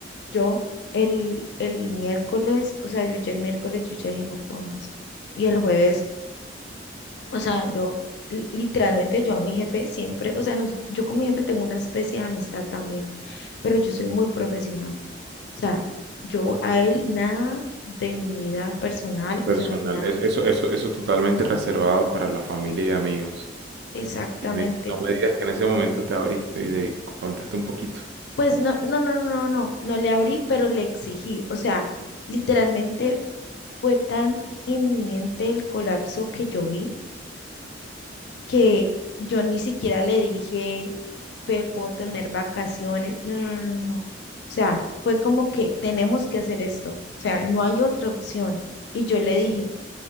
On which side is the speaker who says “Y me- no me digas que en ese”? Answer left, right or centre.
Right